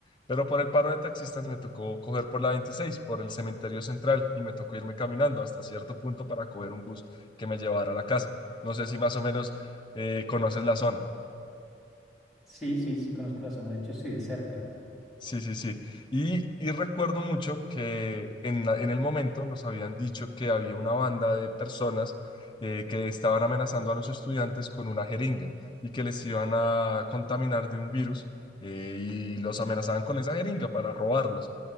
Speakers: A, on the left (about 25°); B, in the centre.
A: pero por el paro de taxistas me tocó coger por la 26, por el cementerio central, y me tocó irme caminando hasta cierto punto para coger un bus que me llevara a la casa. No sé si más o menos eh, conoces la zona.
B: sí, sí, sí, conozco la zona, de hecho estoy de cerca,
A: Sí, sí, sí. Y, y recuerdo mucho que en, la- en el momento nos habían dicho que había una banda de personas eh, que estaban amenazando a los estudiantes con una jeringa y que les iban a contaminar de un virus eh, y los amenazaban con esa jeringa para robarlos.